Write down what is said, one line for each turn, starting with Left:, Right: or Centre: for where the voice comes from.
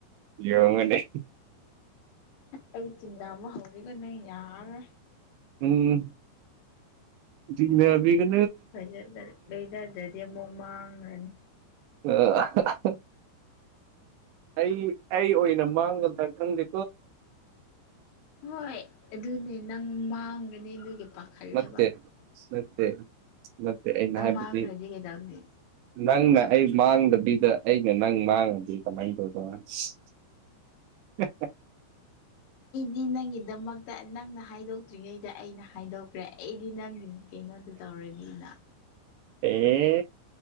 Right: ꯌꯦꯡꯉꯨꯅꯦ
Left: ꯑꯩ ꯆꯤꯡꯅꯕ ꯍꯧꯔꯦꯀꯣ ꯅꯪ ꯌꯝꯅ
Right: ꯎꯝ ꯆꯤꯡꯅꯕꯤꯒ
Left: ꯐꯖꯗ ꯂꯣꯏꯅꯗ꯭ꯔꯗꯤ ꯑꯃꯨꯛ ꯃꯥꯡꯔꯅꯤ
Right: ꯑꯥ ꯍꯥ ꯍꯥ ꯑꯩ ꯑꯩ ꯑꯣꯏꯅ ꯃꯥꯡꯒꯗ꯭ꯔ ꯈꯪꯗꯦ
Left: ꯍꯣꯏ ꯑꯗꯨꯅꯦ ꯅꯪ ꯃꯥꯡꯒꯅꯤ ꯑꯗꯨꯒꯤ ꯄꯈꯠꯂꯦꯕ
Right: ꯅꯠꯇꯦ ꯅꯠꯇꯦ ꯅꯠꯇꯦ ꯑꯩꯅ ꯍꯥꯏꯕꯗꯤ
Left: ꯃꯥꯡꯈ꯭ꯔꯗꯤ ꯀꯩꯗꯧꯅꯤ
Right: ꯅꯪꯅ ꯑꯩ ꯃꯥꯡꯗꯕꯤꯗ ꯑꯩꯅ ꯅꯪ ꯃꯥꯡꯉꯗꯤ ꯀꯃꯥꯏꯅ ꯇꯧꯗꯧꯕ ꯍꯦ ꯍꯦ
Left: ꯑꯩ ꯅꯪꯒꯤꯗꯃꯛꯇ ꯅꯪꯅ ꯍꯥꯏꯗꯣꯛꯇ꯭ꯔꯤꯉꯩꯗ ꯑꯩꯅ ꯍꯥꯏꯗꯣꯛꯈ꯭ꯔꯦ ꯑꯩꯗꯤ ꯅꯪꯒꯤꯅꯤ ꯀꯩꯅꯣꯗꯨ ꯇꯧꯔꯅꯤꯅ
Right: ꯑꯦ